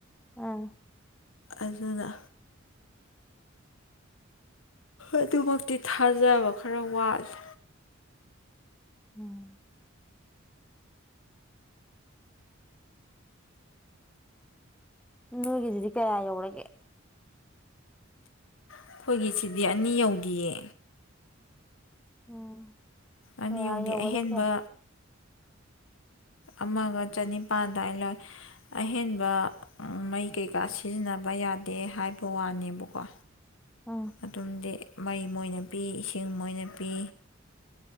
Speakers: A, in the centre; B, on the left.
A: ꯑꯥ
B: ꯑꯗꯨꯅ ꯑꯗꯨꯃꯛꯇꯤ ꯊꯥꯖꯕ ꯈꯔ ꯋꯥꯠꯂꯦ
A: ꯎꯝ ꯅꯣꯏꯒꯤꯗꯨꯗꯤ ꯀꯌꯥ ꯌꯧꯔꯒꯦ
B: ꯑꯩꯈꯣꯏꯒꯤ ꯁꯤꯗꯤ ꯑꯅꯤ ꯌꯧꯗꯤꯌꯦ
A: ꯎꯝ
B: ꯑꯅꯤ
A: ꯀꯌꯥ
B: ꯌꯧꯗꯦ
A: ꯌꯧꯕꯅ
B: ꯑꯍꯦꯟꯕ
A: ꯀꯌꯥ
B: ꯑꯃꯒ ꯆꯅꯤꯄꯥꯜꯗ ꯑꯗꯥꯏꯅ ꯂꯧꯋꯦ ꯑꯍꯦꯟꯕ ꯃꯩ ꯀꯩꯀꯥ ꯁꯤꯖꯤꯟꯅꯕ ꯌꯥꯗꯦ ꯍꯥꯏꯕ ꯋꯥꯅꯦꯕꯀꯣ
A: ꯎꯝ
B: ꯑꯗꯨꯝꯗꯤ ꯃꯩ ꯃꯣꯏꯅ ꯄꯤ ꯏꯁꯤꯡ ꯃꯣꯏꯅ ꯄꯤ